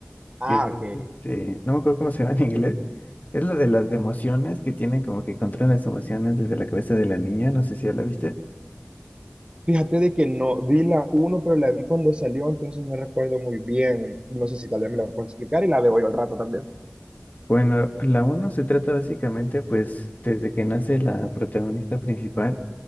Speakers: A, on the right; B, on the left.
A: Ah,
B: que,
A: ok.
B: este, no me acuerdo cómo se llama en inglés. Es la de las
A: Ujú.
B: de emociones que tiene como que controlan las emociones desde la cabeza de la niña. No sé si ya la viste.
A: Fíjate de que no vi la uno, pero la vi cuando salió, entonces no recuerdo muy bien. No sé si tal vez me la puedo explicar y la veo hoy al rato también.
B: Bueno, la uno se trata básicamente pues desde que nace la protagonista principal